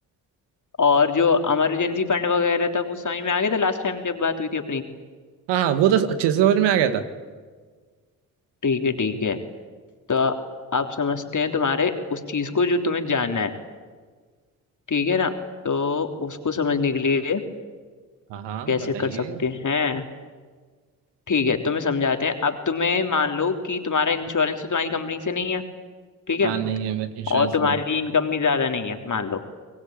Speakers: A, on the left (about 45°); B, on the right (about 75°).
A: और जो इमरजेंसी फंड वगैरह था वो समझ में आ गया था लास्ट टाइम जब बात हुई थी अपनी
B: हाँ हाँ वो तो अच्छे से समझ में आ गया था
A: ठीक है ठीक है तो आप समझते हैं तुम्हारे उस चीज़ को जो तुम्हें जानना है ठीक है ना तो उसको समझने के लिए
B: हाँ हाँ
A: कैसे
B: बताइए
A: कर सकते हैं ठीक है तुम्हें समझाते हैं अब तुम्हें मान लो कि तुम्हारा इंश्योरेंस तो तुम्हारी कंपनी से नहीं है ठीक है
B: हाँ नहीं है इंश्योरेंस
A: और तुम्हारी
B: नहीं
A: इनकम भी ज्यादा नहीं है मान लो